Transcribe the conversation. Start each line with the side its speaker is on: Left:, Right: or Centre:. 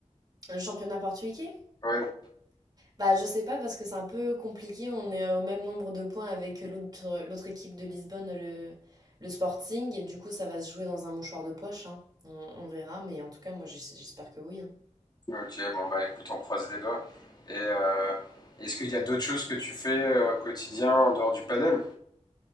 Right: Le championnat portugais?
Left: Ouais.
Right: Bah, je sais pas parce que c'est un peu compliqué. On est au même nombre de points avec l'autre l'autre équipe de Lisbonne, le, le Sporting, et du coup, ça va se jouer dans un mouchoir de poche, hein. On, on verra, mais en tout cas, moi, j'es- j'espère que oui, hein.
Left: Ok, bon bah écoute, on croise les doigts. Et euh, est-ce qu'il y a d'autres choses que tu fais euh, au quotidien en dehors du paddle?